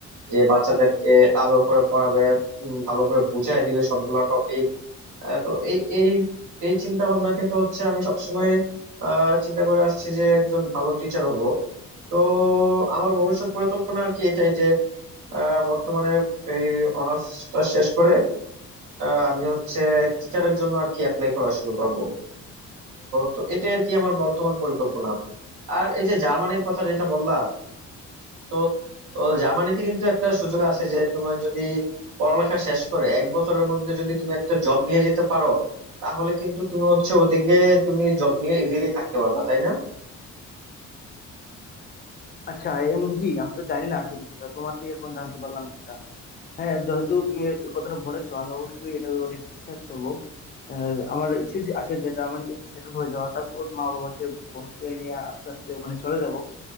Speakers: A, on the right (about 80°); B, on the left (about 35°).
A: যে বাচ্চাদেরকে আদর করে পড়াবে উম, ভালো করে বুঝাই দিবে সবগুলা টপিক আহ, তো এই এই এই চিন্তা ভাবনা থেকে হচ্ছে আমি সবসময় আহ, চিন্তা করে আসছি যে একজন ভালো টিচার হব তো আমার ভবিষ্যৎ পরিকল্পনা আর কি এটাই যে আহ, বর্তমানে এই অনার্সটা শেষ করে আহ, আমি হচ্ছে টিচারের জন্য আর কি অ্যাপ্লাই করা শুরু করব তো এটাই আর কি আমার বর্তমান পরিকল্পনা আর এই যে জার্মানির কথা যেটা বললা তো ও, জার্মানিতে কিন্তু একটা সুযোগ আছে যে তোমার যদি পড়ালেখা শেষ করে এক বছরের মধ্যে যদি তুমি একটা জব নিয়ে যেতে পারো তাহলে কিন্তু তুমি হচ্ছে ওদিকে তুমি জব নিয়ে ইজিলি থাকতে পারবা তাই না
B: আচ্ছা এমন কি আমি তো জানি না আসলে বিষয়টা তোমার থেকে এখন জানতে পারলাম সেটা হ্যাঁ যেহেতু তুমি এই কথাটা বলেছো আমি অবশ্যই এটার ব্যাপারে একটু রিসার্চ করবো আহ, আমার ইচ্ছে যে- আছে যে জার্মানিতে একটু সেটেল হয়ে যাওয়া তারপর মা বাবাকে বোনকে নিয়ে আস্তে আস্তে ওখানে চলে যাব